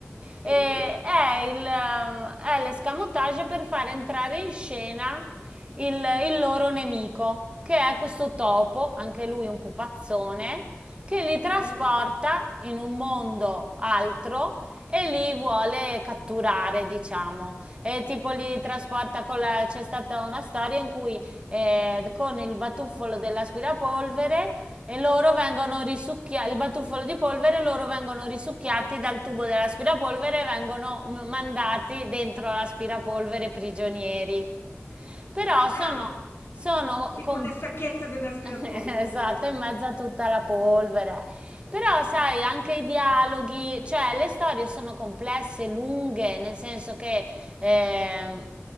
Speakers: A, on the left; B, on the right.
A: sì,
B: E è, il, ehm, è l'escamotage per far entrare in scena il, il loro nemico, che è questo topo, anche lui un pupazzone, che li trasporta
A: sì.
B: in un mondo altro e li vuole catturare, diciamo. E tipo li trasporta con la... c'è stata una storia in cui eh, con il batuffolo dell'aspirapolvere e loro vengono risucchiati, il batuffolo di polvere, loro vengono risucchiati dal tubo dell'aspirapolvere e vengono m- mandati dentro l'aspirapolvere prigionieri. Però sono,
A: Ah,
B: sono
A: tipo
B: com-
A: nel sacchetto dell'aspirapolvere,
B: <laughs> Esatto,
A: sì.
B: in mezzo a tutta la polvere. Però, sai,
A: Eh.
B: anche i dialoghi, cioè le storie sono complesse, lunghe, nel senso che ehm,